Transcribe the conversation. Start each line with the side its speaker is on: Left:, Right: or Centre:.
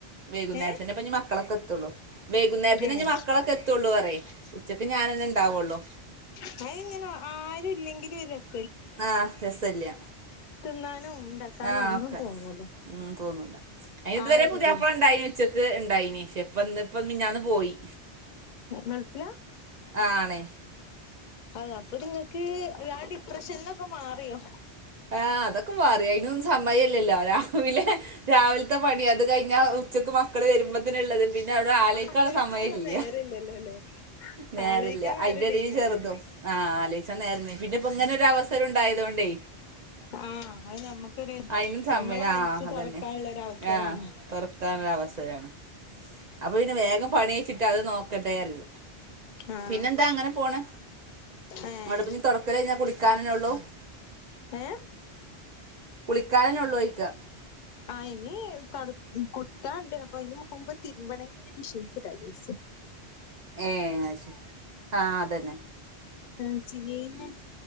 Right: വൈകുന്നേരത്തിനേ
Left: ഏഹ്
Right: ഇഞ്ഞ്പ്പം മക്കളൊക്കെ എത്തൊള്ളു. വൈകുന്നേരത്തിനേ
Left: ഏഹ്
Right: ഇഞ് മക്കളൊക്കെ എത്തൊള്ളൂ പറ്യേ. ഉച്ചക്ക് ഞാനന്നെ ഇണ്ടാവൊള്ളൂ.
Left: അത് ഇങ്ങനെ ആരു ഇല്ലെങ്കിലു ഒര് രസ്
Right: ആഹ് രസല്ല്യ.
Left: തിന്നാനും ഇണ്ടാക്കാനും
Right: ആഹ്
Left: ഒന്നും
Right: ഒക്കെ
Left: തോന്നൂല
Right: ഉം തോന്നൂല്ല. അയ്ന് ഇതുവരെ
Left: ആ ഒരിതി
Right: പുതിയാപ്പള ഇണ്ടായ്നി. ഉച്ചക്ക് ഇണ്ടായിനി. പക്ഷെ ഇപ്പന്ന് ഇപ്പം മിഞ്ഞാന്ന് പോയി.
Left: ഏഹ് ഗൾഫിലാ?
Right: ആണേ.
Left: അത് അപ്പൊര് ഇങ്ങക്ക് ആ ഡിപ്രഷൻന്നൊക്കെ മാറിയോ?
Right: ഏഹ് അതൊക്കെ മാറി അയിനൊന്നും സമയല്ലല്ലോ. രാവിലെ രാവിലത്തെ പണി അത് കഴിഞ്ഞാ ഉ ച്ചക്ക് മക്കള് വരുമ്പത്തിന് ഇള്ളത് പിന്നെ അവിടെ ആലോയിക്കാന്ള്ള
Left: ആലോയിക്കാനുള്ള
Right: സമയെല്ല്യ.
Left: നേരല്ലല്ലോ ല്ലേ
Right: നേരല്ല.
Left: ആലോയിക്കാൻ
Right: അയിൻ്റെടീൽ
Left: നേരണ്ടെങ്കിലല്ലേ
Right: ചേറുതും ആഹ് ആലോയിച്ചാൻ <unintelligible> പിന്നെ ഇപ്പം ഇങ്ങനൊരു അവസരും ഉണ്ടായതൊണ്ടേ.
Left: ആഹ് അത് നമ്മക്കൊരു
Right: അയിനും സമയം
Left: നമ്മളെ
Right: ആഹ്
Left: മനസ്സ്
Right: അതെന്നെ
Left: തുറക്കാനുള്ള ഒരു അവസരാണ്
Right: ആഹ് തൊറ ക്കാനൊര് അവസരാണ്. അപ്പൊ പിന്നെ വേഗം പണി കയിച്ചിട്ട് അത് നോക്കട്ടെ കര്തും.
Left: ആഹ്
Right: പിന്നെന്താ അങ്ങനെ പോണ്.
Left: ഏഹ്
Right: ഇങ്ങളോടെ ഇപ്പഞ്ഞ് തൊടക്കല് കഴിഞ്ഞാ കുളിക്കാനെ ന്നൊള്ളു.
Left: ഏഹ്
Right: കുളിക്കാനെന്നെ ഒള്ളൂ ചോയിക്കാ.
Left: ആഹ് ഇനി തൊട്, കുത്താണ്ട്. അപ്പൊ അയ്ന് മുൻപ് തിര്മ്പണെ <unintelligible> മിഷീൻക്ക് ഇടാ വിചാര്ച്ച്.
Right: ഏഹ് അഹ് ശ. ആഹ് അതെന്നെ.
Left: <unintelligible>